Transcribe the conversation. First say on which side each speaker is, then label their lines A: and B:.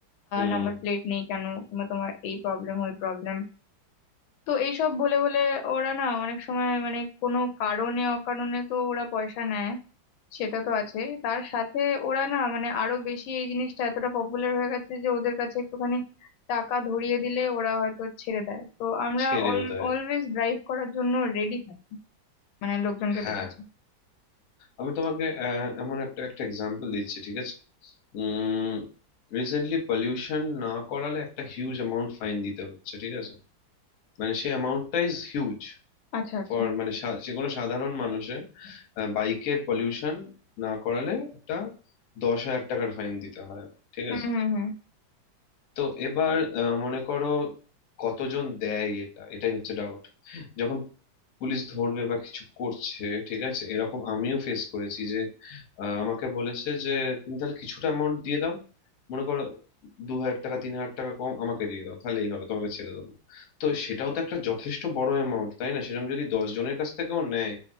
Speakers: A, on the left; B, on the left.
A: হুম
B: নাম্বার প্লেট নেই কেন কিংবা তোমার এই প্রবলেম ওই প্রবলেম তো এইসব বলে বলে ওরা না অনেক সময় মানে কোনো কারণে অকারণে তো ওরা পয়সা নেয় সেটা তো আছে তার সাথে ওরা না মানে আরো বেশি এই জিনিসটা এতটা পপুলার হয়ে গেছে যে ওদের কাছে একটুখানি টাকা ধরিয়ে দিলে ওরা হয়তো ছেড়ে দেয় তো আমরা
A: ছেড়েও দেয়
B: অলওয়েজ ড্রাইভ করার জন্য রেডি থাকি মানে লোকজনকে
A: হ্যাঁ
B: দেখেছি
A: আমি তোমাকে আহ, এমন একটা একটা এক্সাম্পল দিচ্ছি ঠিক আছে উম রিসেন্টলি পলিউশন না করালে একটা হিউজ অ্যামাউন্ট ফাইন দিতে হচ্ছে ঠিক আছে মানে সেই অ্যামাউন্টটা ইজ হিউজ
B: আচ্ছা আচ্ছা
A: ফর মানে সা- যে কোনো সাধারণ মানুষের বাইকের পলিউশন না করালে একটা দশ হাজার টাকার ফাইন দিতে হয় ঠিক
B: হুম
A: আছে
B: হুম হুম
A: তো এবার আহ, মনে করো কতজন দেয় এটা এটাই হচ্ছে ডাউট যখন পুলিশ ধরবে বা কিছু করছে ঠিক আছে এরকম আমিও ফেস করেছি যে আহ, আমাকে বলেছে যে তুমি তাহলে কিছুটা অ্যামাউন্ট দিয়ে দাও মনে করো দু হাজার টাকা তিন হাজার টাকা কম আমাকে দিয়ে দাও তাহলেই হবে তোমাকে ছেড়ে দেবো তো সেটাও তো একটা যথেষ্ট বড় অ্যামাউন্ট তাই না সেরকম যদি দশ জনের কাছ থেকেও নেয়